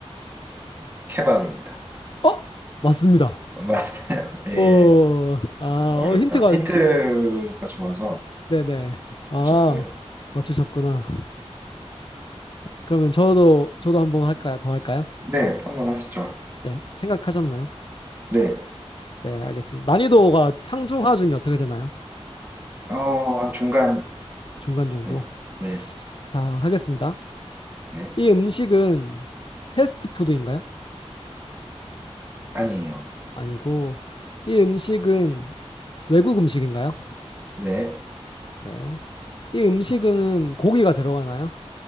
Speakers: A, on the right; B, on the left.
A: 케밥입니다.
B: 어? 맞습니다.
A: 맞아요. <laughs> 네,
B: 어, 아,
A: 어렵다.
B: 어, 힌트가,
A: 힌트가
B: 힌-
A: 좋아서
B: 네네. 아,
A: 맞췄어요.
B: 맞추셨구나. 그러면 저도, 저도 한번 할까요? 더 할까요?
A: 네, 한 번 하시죠.
B: 네, 생각하셨나요?
A: 네,
B: 네, 알겠습니다. 난이도가 상중, 하중이 어떻게 되나요?
A: 어, 한 중간,
B: 중간 정도.
A: 네, 네,
B: 자, 하겠습니다.
A: 네,
B: 이 음식은 패스트푸드인가요?
A: 아니에요.
B: 아니고, 이 음식은 외국 음식인가요?
A: 네,
B: 네. 이 음식은 고기가 들어가나요?